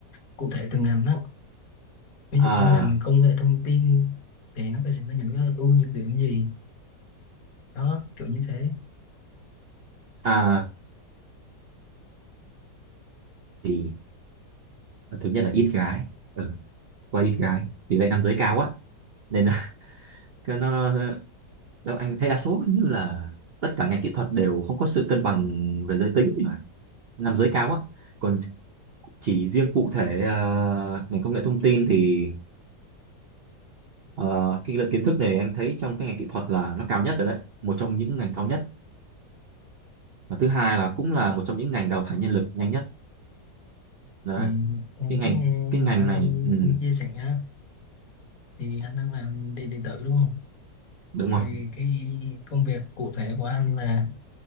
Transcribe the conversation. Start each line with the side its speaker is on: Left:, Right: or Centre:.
Left: cụ thể từng ngành đó. Ví
Right: à,
Left: dụ như ngành công nghệ thông tin thì nó có sẽ có những cái ưu nhược điểm gì? đó kiểu như thế
Right: à thì thứ nhất là ít gái ừ, qua ít gái tỷ lệ nam giới cao quá nên là <laughs> cái nó, nó đâu anh thấy đa số như là tất cả ngành kỹ thuật đều không có sự cân bằng về giới tính mà nam giới cao á còn chỉ riêng cụ thể ờ, ngành công nghệ thông tin thì ờ, cái lượng kiến thức này anh thấy trong cái ngành kỹ thuật là nó cao nhất rồi đấy một trong những ngành cao nhất và thứ hai là cũng là một trong những ngành đào thải nhân lực nhanh nhất đấy
Left: thì em
Right: cái ngành
Left: có nghe
Right: cái ngành
Left: anh,
Right: này ừ,
Left: anh chia sẻ á, thì anh đang làm điện điện tử đúng không
Right: đúng
Left: thì
Right: rồi
Left: cái công việc cụ thể của anh là